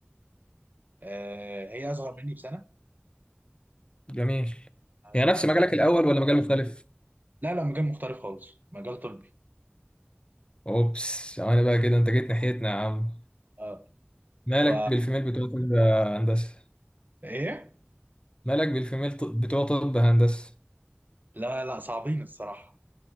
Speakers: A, on the right (about 50°); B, on the left (about 25°).
A: آه، هي اصغر مني بسنه
B: جميل هي
A: آه،
B: نفس مجالك الاول ولا مجال مختلف
A: لا لا مجال مختلف خالص مجال طبي
B: اوبس انا بقى كده انت جيت ناحيتنا يا عم
A: اه
B: مالك
A: ف
B: بالفيميل بتوع كل هندسه
A: ايه
B: مالك بالفيميل ط- بتوع طب هندسة
A: لا لا صعبين الصراحه